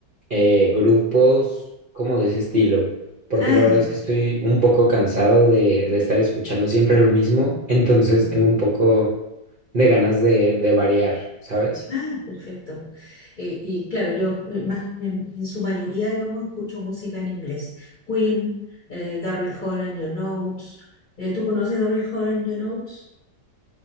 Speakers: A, on the right; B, on the left.
A: eh, grupos como de ese estilo, porque
B: Ah,
A: la verdad
B: ya.
A: es que estoy un poco cansado de, de estar escuchando siempre lo mismo, entonces
B: Perfecto.
A: tengo un poco de ganas de, de variar, ¿sabes?
B: Ah, perfecto. Eh, y claro, yo eh, más en, en su mayoría, digamos, escucho música en inglés. Queen, eh, Daryl Hall and Your Notes. Eh, ¿tú conoces Daryl Hall and Your Notes?